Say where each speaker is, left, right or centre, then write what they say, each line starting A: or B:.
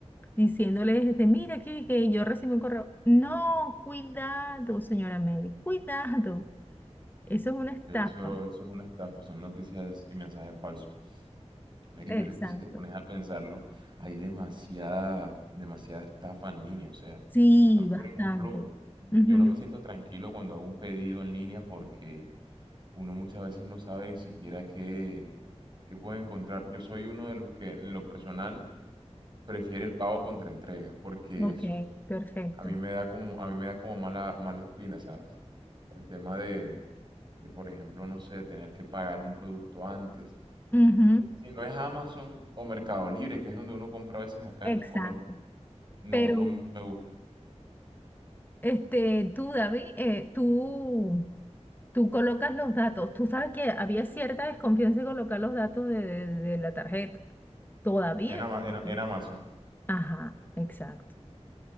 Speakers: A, on the left; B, on the right.
A: diciéndoles, este, mira aquí que yo recibí un correo. No, cuidado, señora Mary, cuidado. Eso es una estafa.
B: Eso, eso es una estafa, son noticias y mensajes falsos. Mary,
A: Exacto.
B: pero es que si te pones a pensarlo, hay demasiada, demasiada estafa en línea. O sea,
A: Sí,
B: a mí, por
A: bastante.
B: ejemplo, yo,
A: Ujú.
B: yo no me siento tranquilo cuando hago un pedido en línea porque uno muchas veces no sabe ni siquiera qué, qué puede encontrar. Yo soy uno de los que, en lo personal, prefiere el pago contra entrega, porque
A: Ok,
B: eso
A: perfecto.
B: a mí me da como, a mí me da como mala, mala espina, ¿sabes? El tema de de, por ejemplo, no sé, tener que pagar un producto antes.
A: Ujú.
B: Si no es Amazon o Mercado Libre, que es donde uno compra a veces acá
A: Exacto.
B: en Colombia, no,
A: Pero
B: no me gusta.
A: este, tú, David, eh, tú, tú colocas los datos. Tú sabes que había cierta desconfianza en colocar los datos de, de- de la tarjeta. Todavía.
B: En, Ama- en-
A: existe.
B: en Amazon,
A: Ajá, exacto.